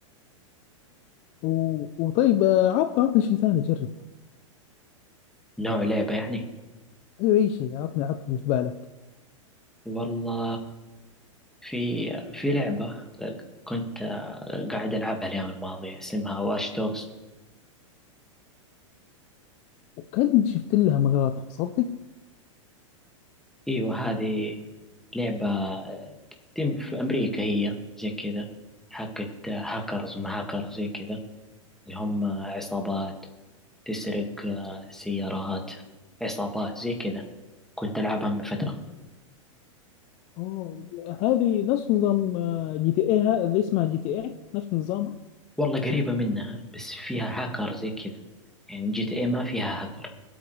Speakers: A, on the left; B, in the centre.
A: و... وطيب آه، عطني عطني شيء ثاني أجرب
B: نوع لعبة يعني
A: أيوة أي شيء عطني عطني اللي في بالك
B: والله في في لعبة كنت قاعد ألعبها الأيام الماضية اسمها واش دوجز
A: وكان شفت لها مقاطع صدق
B: أيوة هذه لعبة تم في أمريكا هي زي كذا حقت هاكرز ما هاكرز زي كذا اللي هم عصابات تسرق سيارات عصابات زي كذا كنت ألعبها من فترة
A: أوه هذه نفس نظام جي تي اي اللي اسمها جي تي اي نفس نظامها
B: والله قريبة منها بس فيها هاكر زي كذا يعني جي تي اي ما فيها هاكر